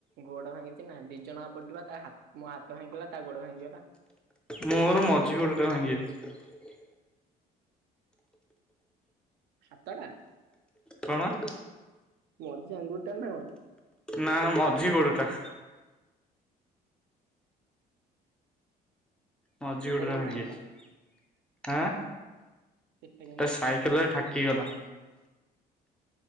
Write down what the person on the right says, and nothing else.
ଗୋଡ ଭାଙ୍ଗିଛି ନା ଦି ଜଣଙ୍କା ପଡିିବା ତା ମୋ ହାତ ଭାଙ୍ଗିଗଲା ତା ଗୋଡ ଭାଙ୍ଗିଗଲା
ହାତଟା
ମଝ ଆଙ୍ଗୁଠଟା ନାର
ସେଟା
କେମିତି
ଭାଙ୍ଗିଲା
ସେଟା କେମିତି
ଭାଙ୍ଗିଲା